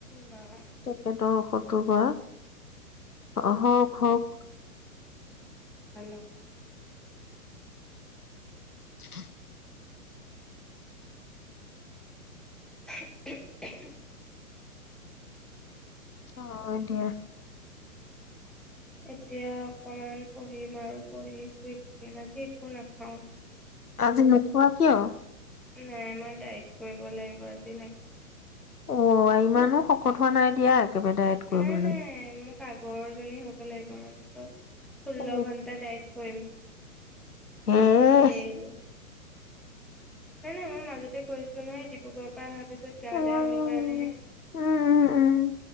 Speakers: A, in the centre; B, on the left.
A: বা
B: তেখেতৰ ঔষধটোৰ পৰা অহ হওঁক
A: ভ <unintelligible> ল
B: <unintelligible>
A: <unintelligible> <unintelligible>
B: হয় দিয়া
A: এতিয়া অকমান পঢ়িম আৰু পঢ়ি শুই থাকিম আজি একো নাখাও
B: আজি নোখোৱা কিয়?
A: নাই আমাৰ ডাইট কৰিব লাগিব আজি নাখাও
B: অ ইমানো শকত হোৱা নাই দিয়া একেবাৰে ডায়েট কৰিবলৈ
A: নাই নাই মোক আগৰজনী হ'ব লাগিব মানে তো ষোল্ল
B: অ
A: ঘণ্টা ডাইত কৰিম
B: হে
A: দেইলি নাই নাই মই মাজতে কৰিছিলো নহয় ডিব্ৰুগড়ৰ পৰা অহা পিছত গা
B: উম, উম,
A: বেয়া হল কাৰণেহে,
B: উম, উম,